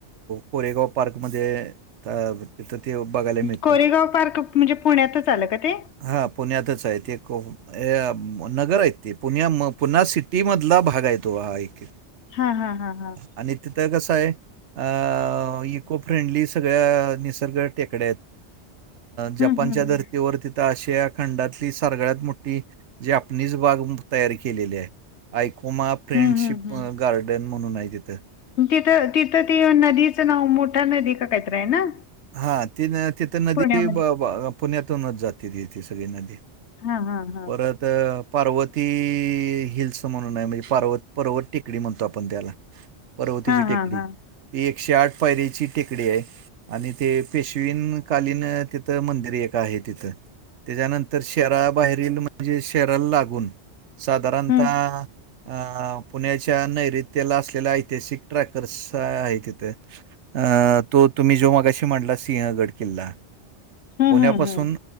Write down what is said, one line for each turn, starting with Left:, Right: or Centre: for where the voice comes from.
Right: कोरेगाव पार्कमध्ये. त ते बघायला मिळतं.
Left: कोरेगाव पार्क म्हणजे पुण्यातच आलं का ते?
Right: हा पुण्यातच आहे ते खूप. अ नगर आहेत ते पुण्या पुन्हा सिटी मधला भाग आहे तो ऐक
Left: हा हा हा हा.
Right: आणि तिथं कसं आहे अ इको फ्रेंडली सगळ्या निसर्ग टेकड्या आहेत. जपानच्या
Left: हम्म हम्म हम्म.
Right: धर्तीवर आशिया खंडातली सगळ्यात मोठी जी आपनीच बाग तयार केलेली आहे. आयकोमा फ्रेंडशिप
Left: हम्म हम्म हम्म
Right: गार्डन म्हणून आहे तिथं.
Left: तिथं तिथं ती नदीचं नाव मोठा नदी कय तरी आहे ना.
Right: हा ती तिथं नदी
Left: पुण्यामध्ये
Right: पुण्यातूनच जाते त ती सगळी नदी.
Left: हा हा हा
Right: परत पार्वती हिल्स. म्हणून म्हणजे पवत पर्वत टेकडी म्हणतो आपण त्याला पर्वतीची
Left: हा
Right: टेकडी.
Left: हा हा
Right: ती एकशे आठ पायरीची टेकडी आहे. आणि ते पेशवीन कालीन तिथं मंदिर एक आहे तिथं त्याच्यानंतर शराबाहेरील म्हणजे शेराला लागून साधारणतः....
Left: हम्म
Right: अ पुण्याच्या नैऋत्याला असलेला ऐतिहासिक ट्रॅकर्स आहे तिथे. अ तो तुम्ही जो मागाशी म्हणला सिंहगड किल्ला
Left: हम्म
Right: पुण्यापासून.
Left: हम्म हम्म.